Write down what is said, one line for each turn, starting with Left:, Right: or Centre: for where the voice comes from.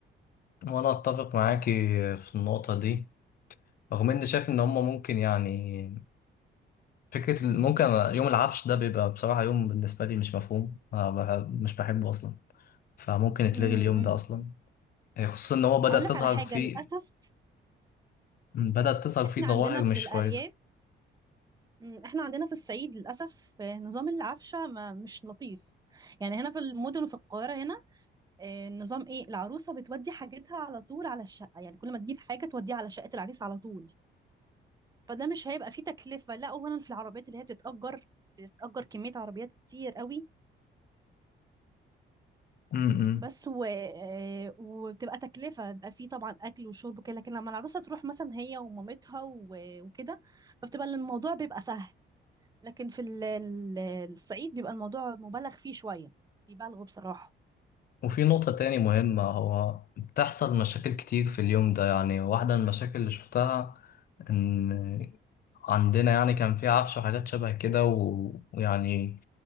Left: وأنا أتفق معاكي في النقطة دي رغم إني شايف إن هما ممكن يعني فكرة ال- ممكن يوم العفش ده بيبقى بصراحة يوم بالنسبة لي مش مفهوم أنا بح- مش بحبه أصلا فممكن يتلغي
Right: امم
Left: اليوم ده أصلا خصوصا إن هو بدأت
Right: اقول لك
Left: تظهر
Right: على حاجه
Left: فيه
Right: للاسف
Left: بدأت تظهر
Right: احنا
Left: فيه ظواهر
Right: عندنا في
Left: مش
Right: الارياف
Left: كويسة
Right: مم، احنا عندنا في الصعيد للأسف آه، نظام العفشة ما مش لطيف يعني هنا في المدن وفي القاهرة هنا آه، النظام ايه العروسة بتودي حاجتها على طول على الشقة يعني كل ما تجيب حاجة توديها على شقة العريس على طول فده مش هيبقى فيه تكلفة لا أولا في العربيات اللي هي بتتأجر بتتأجر كمية عربيات كتير قوي
Left: أمم.
Right: بس و... آه، وبتبقى تكلفة بيبقى فيه طبعا أكل وشرب وكده لكن لما العروسة تروح مثلا هي ومامتها و... وكده فبتبقى الموضوع بيبقى سهل لكن في ال- ال- الصعيد بيبقى الموضوع مبالغ فيه شوية بيبالغوا بصراحة
Left: وفي نقطة تاني مهمة هو بتحصل مشاكل كتير في اليوم ده يعني واحدة من المشاكل اللي شفتها إن عندنا يعني كان في عفش وحاجات شبه كده و- ويعني